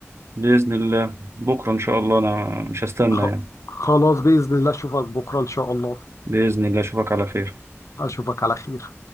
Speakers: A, on the right; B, on the left.
A: بإذن الله بكرة إن شاء الله أنا مش هستنى
B: خ-
A: يعني
B: خلاص باذن الله اشوفك بكره ان شاء الله
A: بإذن الله أشوفك على خير
B: اشوفك على خير